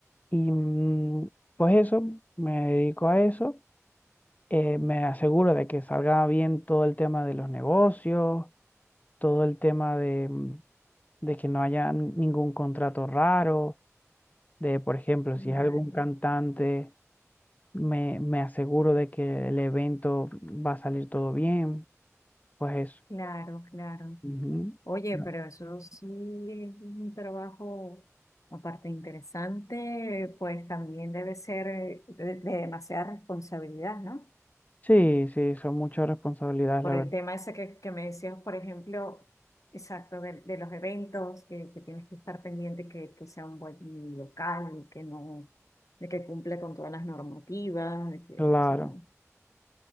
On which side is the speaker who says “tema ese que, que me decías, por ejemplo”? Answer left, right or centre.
Left